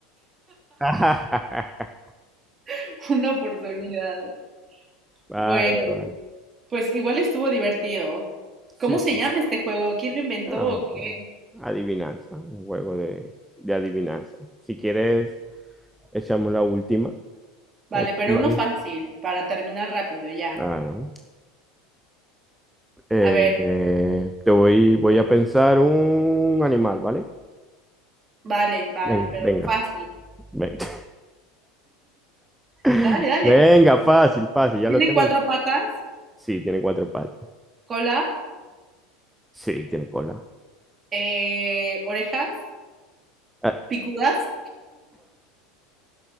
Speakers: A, in the centre; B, on the right.
A: <laughs>
B: <laughs> Una oportunidad.
A: Vale,
B: Bueno,
A: vale.
B: pues igual estuvo divertido.
A: Sí,
B: ¿Cómo
A: sí.
B: se llama este juego? ¿Quién lo inventó
A: Ah,
B: o qué?
A: oh, adivinanza, un juego de, de adivinanza. Si quieres, echamos la última. La
B: Vale,
A: última
B: pero uno
A: de-
B: fácil, para terminar rápido, ya.
A: Claro. Eh,
B: A ver,
A: eh, te voy, voy a pensar un animal, ¿vale?
B: Vale, vale,
A: Venga,
B: pero
A: venga,
B: fácil.
A: venga. <laughs>
B: Dale, dale.
A: Venga, fácil, fácil, ya
B: Tiene
A: lo tengo.
B: cuatro patas,
A: Sí, tiene cuatro patas.
B: cola,
A: Sí, tiene cola.
B: eh, orejas,
A: Ah,
B: picudas,